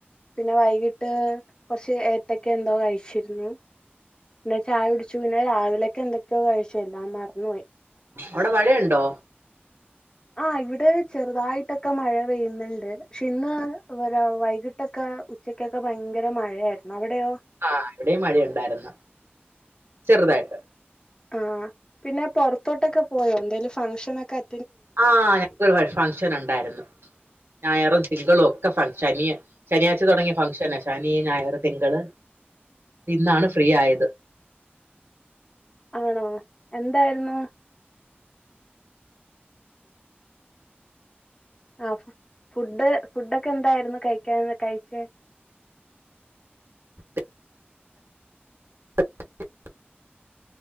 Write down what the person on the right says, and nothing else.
ഔടെ മഴയുണ്ടോ
ആഹ വിടെയും മഴയുണ്ടായിരുന്നു ചെറുതായിട്ട്
ആ ഞങ്ങക്കര് ഫംഗഷൻ ഉണ്ടായിരുന്നു ഞായരു തിങ്കളൊക്കെ ഫങ്ക്ഷനാ ശനിയാഴ്ച്ച തുടങ്ങിയ ഫങ്ക്ഷന ശനി ഞായർ തിങ്കള് ഇന്നാണ് ഫ്രീ ആയത്
<inaudible> <inaudible>